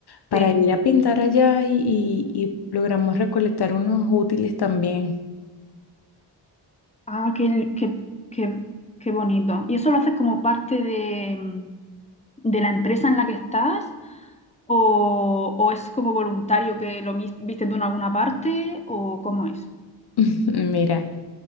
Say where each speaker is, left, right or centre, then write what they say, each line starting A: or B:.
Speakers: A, on the left; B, on the left.
A: para
B: sí.
A: ir a pintar allá y, y- y logramos recolectar unos útiles también.
B: Ah, qué, qué, qué, qué bonito. ¿Y eso lo haces como parte de, mm, de la empresa en la que estás? ¿O, o es como voluntario que lo mis- viste tú en alguna parte? ¿O cómo es?
A: <laughs> Mira,